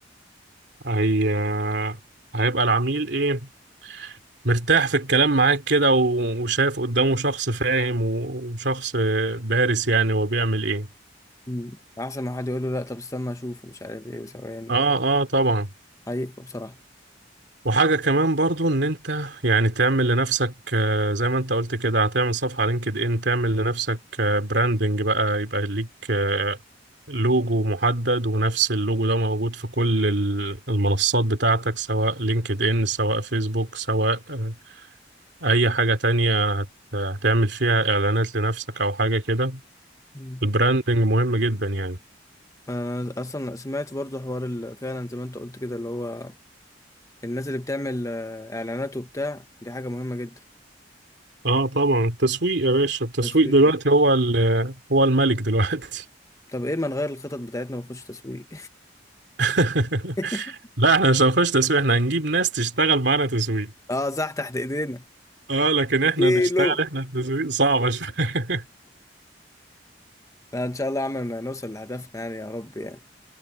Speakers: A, on the right; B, on the left.
A: هي آه، هيبقى العميل إيه مرتاح في الكلام معاك كده و- وشايف قدامه شخص فاهم و- وشخص آه، دارس يعني هو بيعمل إيه
B: مم. احسن ما حد يقول له لا طب استنى اشوف ومش عارف ايه وثواني
A: آه
B: مش
A: آه طبعا
B: حقيقه بصراحه
A: وحاجة كمان برضو ان انت يعني تعمل لنفسك آه، زي ما انت قلت كده هتعمل صفحة على لينكد ان تعمل لنفسك براندنج بقى يبقى ليك آه، لوجو محدد ونفس اللوجو ده موجود في كل ال- المنصات بتاعتك سواء لينكد ان سواء فيسبوك سواء آه، اي حاجة تانية هت- هتعمل فيها اعلانات لنفسك او حاجة كده
B: مم.
A: البراندنج مهم جدا يعني
B: انا اصلا سمعت برضو حوار ال- فعلا زي ما انت قلت كده اللي هو الناس اللي بتعمل آه، اعلانات وبتاع دي حاجه مهمه جدا
A: اه طبعا التسويق يا باشا التسويق
B: تسويق
A: دلوقتي هو ال- هو الملك دلوقتي
B: طب ايه ما نغير الخطط بتاعتنا ونخش تسويق
A: <laughs>
B: <laughs>
A: لا احنا مش هنخش تسويق احنا هنجيب ناس تشتغل معانا تسويق
B: اه صح تحت ايدينا
A: اه لكن
B: اديله
A: احنا نشتغل احنا في تسويق صعبة شوية
B: لا ان شاء الله عملنا نوصل لهدفنا يعني يا رب يعني